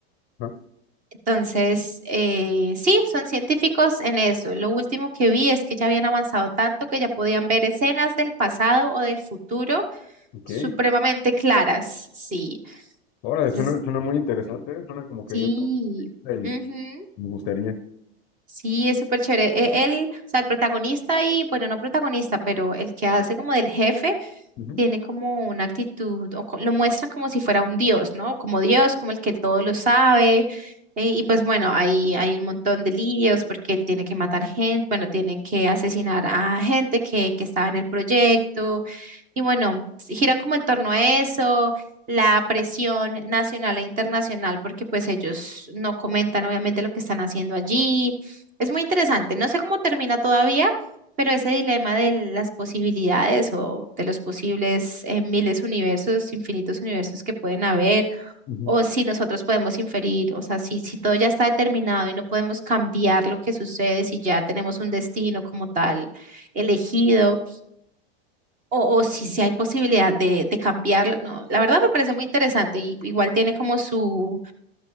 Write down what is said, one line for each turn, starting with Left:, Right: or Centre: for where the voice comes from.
Left: ¿no?
Right: Entonces, eh, sí, son científicos en eso. Lo último que vi es que ya habían avanzado tanto que ya podían ver escenas del pasado o del futuro
Left: Ok,
Right: supremamente claras. Sí,
Left: órale,
Right: Entonces,
Left: suena, suena muy interesante, ¿eh? suena como que
Right: sí.
Left: yo también
Right: ujú.
Left: y me gustaría.
Right: Sí, es súper chévere. E- Él, o sea, el protagonista y, bueno, no protagonista, pero el que hace como del jefe,
Left: Ujú,
Right: tiene como una actitud, o co- lo muestra como si fuera un dios, ¿no? Como Dios, como el que todo lo sabe. eh, Y, pues bueno, hay, hay un montón de líos porque él tiene que matar gente, bueno, tienen que asesinar a gente que, que estaba en el proyecto. Y bueno, s- giran como en torno a eso, la presión nacional e internacional, porque pues ellos no comentan obviamente lo que están haciendo allí. Es muy interesante. No sé cómo termina todavía, pero ese dilema de las posibilidades o de los posibles eh, miles universos, infinitos universos que pueden haber,
Left: ujú.
Right: o si nosotros podemos inferir, o sea, si, si todo ya está determinado y no podemos cambiar lo que sucede, si ya tenemos un destino como tal elegido, o, o si, si hay posibilidad de, de cambiarlo, no, la verdad me parece muy interesante y igual tiene como su...